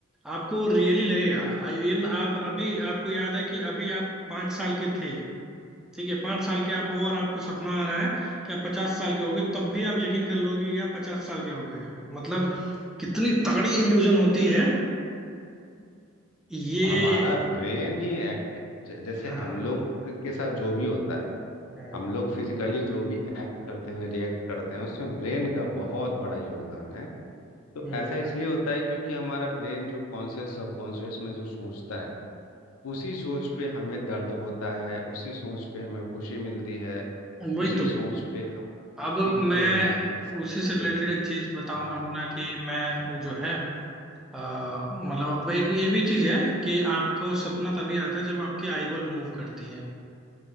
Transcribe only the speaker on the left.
हमारा ब्रेन ही एक्टिव जैसे
हम लोग क- के साथ जो भी होता है
हम लोग फिजिकली जो भी एक्ट करते हैं रिएक्ट करते हैं उसमें ब्रेन का बहुत बड़ा योगदान है तो
ऐसा इसलिए होता है क्योंकि हमारा ब्रेन जो कॉन्शियस सबकॉन्शियस में जो सोचता है उसी सोच पे हमें दर्द होता है उसी सोच पे हमें खुशी मिलती है
उसी
सोच पे हम
दिखते
हैं कुछ सीखते
हैं
हाँ